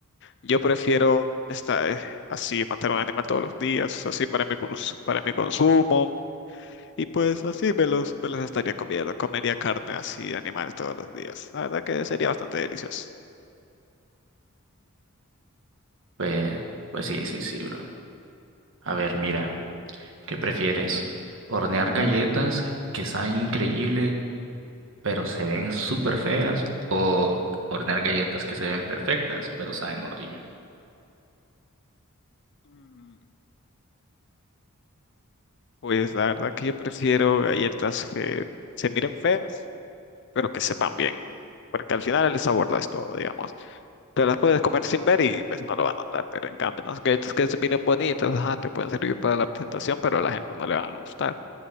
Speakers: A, on the left; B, on the right.
A: Yo prefiero estar eh, así, matar a un animal todos los días, así para mi, cons- para mi consumo, y pues así me los, me los estaría comiendo. Comería carne así de animales todos los días. La verdad que sería bastante delicioso.
B: Pues, pues sí, sí, sí, bro. A ver, mira, ¿qué prefieres? ¿Hornear galletas que saben increíble pero se ven súper feas, o hornear galletas que se ven perfectas, pero saben horrible.
A: Mm, Pues la verdad que yo prefiero galletas que se miren feas, pero que sepan bien. Porque al final el sabor lo es todo, digamos. Te las puedes comer sin ver y pues no lo van a notar. Pero en cambio, las galletas que se miren bonitas, ajá, te pueden servir para la presentación, pero a la gente no le van a gustar.